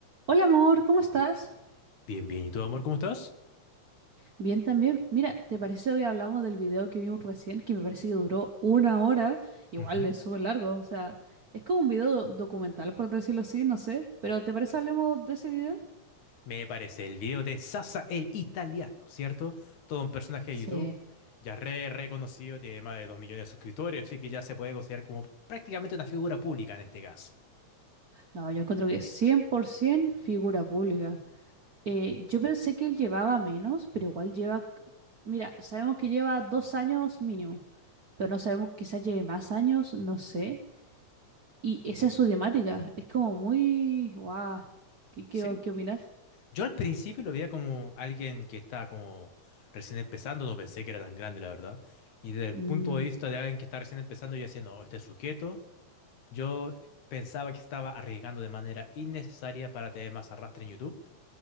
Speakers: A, on the right; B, on the left.
A: Hola amor, ¿cómo estás?
B: Bien, bien. ¿Y tú, amor, cómo estás?
A: Bien también. Mira, ¿te parece hoy hablamos del video que vimos recién, que me parece que duró una hora? Igual
B: Ujú.
A: es súper largo, o sea, es como un video documental, por decirlo así, no sé. Pero ¿te parece hablemos de ese video?
B: Me parece el video de Sasa el italiano, ¿cierto? Todo un personaje
A: Sí.
B: de YouTube ya re reconocido, tiene más de 2 millones de suscriptores, así que ya se puede considerar como prácticamente una figura pública en este caso,
A: No, yo encuentro que es 100% figura pública. Eh, yo pensé que él llevaba menos, pero igual lleva... Mira, sabemos que lleva dos años mínimo, pero no sabemos quizás lleve más años, no sé. Y esa es su temática. Es como muy... ¡Guau! ¿Qué, qué,
B: ¿sí?
A: o- qué opinas?
B: Yo al principio lo veía como alguien que está como recién empezando, no pensé que era tan grande, la verdad. Y desde el
A: Mm,
B: punto de vista de alguien que está recién empezando, yo decía, no, este sujeto, yo pensaba que estaba arriesgando de manera innecesaria para tener más arrastre en YouTube.